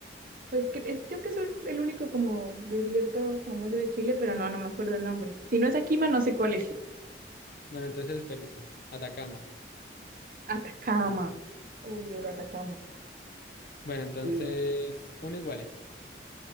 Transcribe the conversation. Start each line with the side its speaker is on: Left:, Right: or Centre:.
Right: Pues cre- eh, creo que es un- el único como desierto famoso de Chile, pero no, no me acuerdo el nombre. Si no es Aquima, no sé cuál es.
Left: Bueno, entonces perdiste. Atacama.
Right: Atacama. Uy, yo de Atacama.
Left: Bueno, entonces,
Right: Sí.
Left: uno iguales.